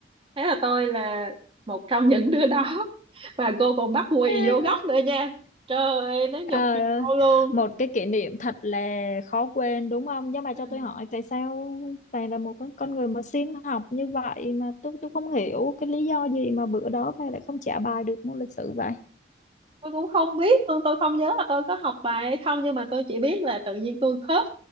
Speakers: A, on the right (about 30°); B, on the left (about 40°).
A: thế là tôi là một trong những đứa đó và cô còn bắt quỳ
B: <laughs>
A: vô góc nữa nha trời ơi nó nhục
B: Trời
A: nhau
B: ơi,
A: luôn
B: một cái kỷ niệm thật là khó quên đúng không? Nhưng mà
A: ừ.
B: cho tôi hỏi tại sao bạn là một con con người mà siêng học như vậy mà tôi tôi không hiểu cái lý do gì mà bữa đó bạn lại không trả bài được môn lịch sử vậy?
A: tôi cũng không biết luôn tôi không nhớ là tôi có học bài hay không nhưng mà tôi chỉ biết là tự nhiên tôi khớp